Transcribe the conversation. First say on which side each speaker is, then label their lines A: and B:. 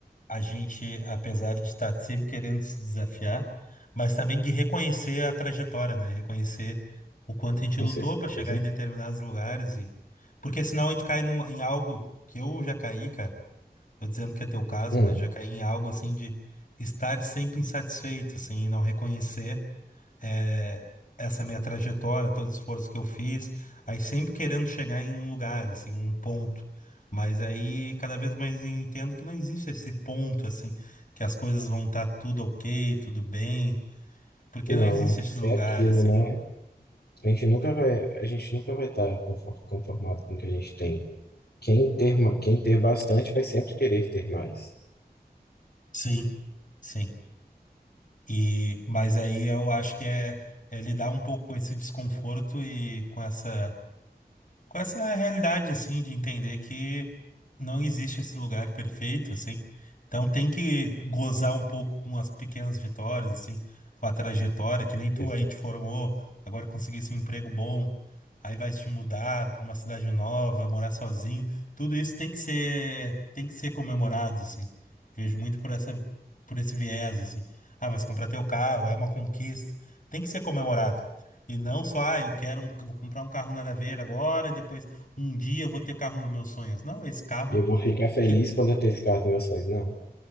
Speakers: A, on the left; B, on the left.
A: a gente, apesar de estar sempre querendo se desafiar, mas também de reconhecer a trajetória, né? Reconhecer o quanto a gente
B: Com
A: lutou
B: certeza.
A: para chegar em determinados lugares e porque senão a gente cai num, em algo que eu já caí, cara. Tô dizendo que é teu caso,
B: Hum,
A: mas já caí em algo assim de estar sempre insatisfeito, assim, e não reconhecer eh, essa minha trajetória, todo o esforço que eu fiz, aí sempre querendo chegar em um lugar, assim, um ponto. Mas aí cada vez mais eu entendo que não existe esse ponto, assim, que as coisas vão estar tudo ok, tudo bem, porque
B: não,
A: não existe esse lugar,
B: é aquilo,
A: assim.
B: né? A gente nunca vai, a gente nunca vai estar conformado com o que a gente tem. Quem ter, ma- quem ter bastante vai sempre querer ter mais.
A: Sim. Sim. E, mas aí eu acho que é, é lidar um pouco com esse desconforto e com essa. com essa realidade assim de entender que não existe esse lugar perfeito assim. Então tem que gozar um pouco com as pequenas vitórias assim, com a trajetória que nem tu
B: E
A: aí te formou, agora conseguisse um emprego bom, aí vai te mudar para uma cidade nova, morar sozinho. Tudo isso tem que ser tem que ser comemorado assim. Vejo muito por essa por esse viés assim. Ah, vai se comprar teu carro, é uma conquista. Tem que ser comemorado. E não só, ah, eu quero um, vou comprar um carro nada a ver agora e depois um dia eu vou ter o carro dos meus sonhos. Não, esse carro
B: eu vou ficar feliz
A: que
B: quando eu ter esse carro dos meus sonhos. Não,